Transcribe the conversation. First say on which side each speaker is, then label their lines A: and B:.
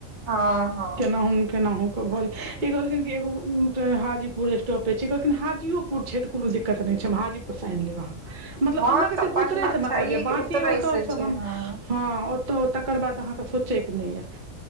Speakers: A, on the right; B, on the right.
A: ह हँ
B: केनाहु केनाहू ई कहलखिन एगो हाजीपुर स्टॉपेज छै कहलखिन हाजी के पुर छै त कोनो दिक्कत नहि छै हम हाजीपुर से आनि लेब आहाँ मतलब
A: हँ
B: अहाँके
A: तऽ
B: सिर्फ
A: पटना
B: उतरैसँ
A: छैहे
B: मतलब य बाकी
A: कि उतरै
B: ओतऽसँ
A: से छै
B: हम
A: हँ
B: हँ त तकर बाद अहाँके सोचैक नहि यऽ